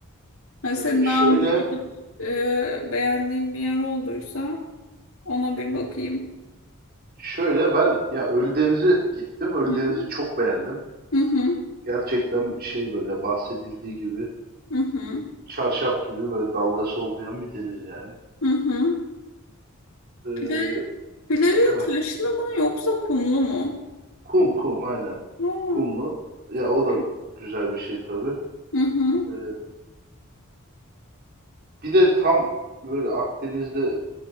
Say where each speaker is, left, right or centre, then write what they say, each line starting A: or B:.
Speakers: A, on the left (about 75°); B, on the right (about 45°).
A: Yani senin
B: Eee, şöyle
A: daha önce gidip e, beğendiğin bir yer olduysa ona bir bakayım.
B: şöyle ben ya Ölüdeniz'e gittim. Ölüdeniz'i
A: Hı hı.
B: çok beğendim.
A: Hı hı.
B: Gerçekten şey böyle bahsedildiği gibi
A: Hı hı.
B: çarşaf gibi böyle dalgası olmayan bir deniz yani.
A: Hı hı.
B: Eee,
A: Plaj, plajı
B: Heh,
A: taşlı mı yoksa kumlu mu?
B: Kum kum aynen.
A: Hı.
B: Kumlu. Ya
A: Çok
B: o da
A: büyük.
B: güzel bir şey tabii.
A: Hı hı.
B: Ee, bir de tam böyle Akdeniz'de